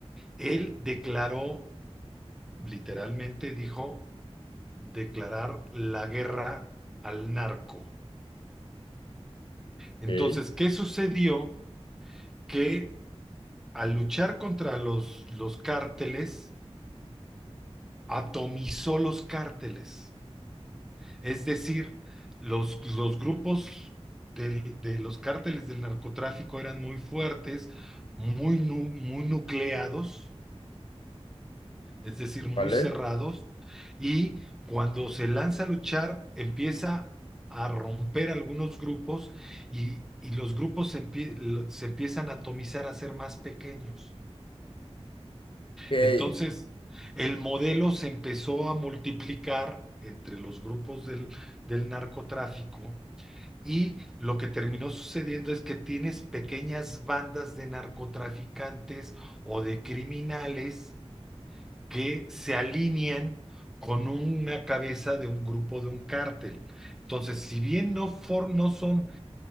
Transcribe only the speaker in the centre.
él declaró, literalmente dijo, declarar la guerra al narco. Entonces,
¿qué sucedió? Que al luchar contra los, los cárteles, atomizó los cárteles. Es decir, los, los grupos del- de los cárteles del narcotráfico eran muy fuertes, muy, nu- muy nucleados, es decir, muy
cerrados, y cuando se lanza a luchar, empieza a romper algunos grupos y, y los grupos se empie- se empiezan a atomizar, a ser más pequeños.
Entonces, el modelo se empezó a multiplicar entre los grupos del, del narcotráfico y lo que terminó sucediendo es que tienes pequeñas bandas de narcotraficantes o de criminales que se alinean con una cabeza de un grupo de un cártel. Entonces, si bien no, for- no son,